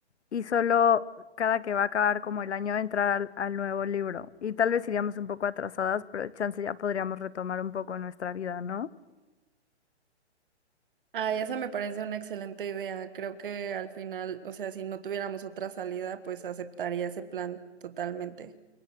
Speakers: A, on the left; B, on the right.
A: y solo cada que va a acabar como el año entrar al, al nuevo libro. Y tal vez iríamos un poco atrasadas, pero chance ya podríamos retomar un poco nuestra vida, ¿no?
B: Ay, esa me parece una excelente idea. Creo que al final, o sea, si no tuviéramos otra salida, pues aceptaría ese plan totalmente.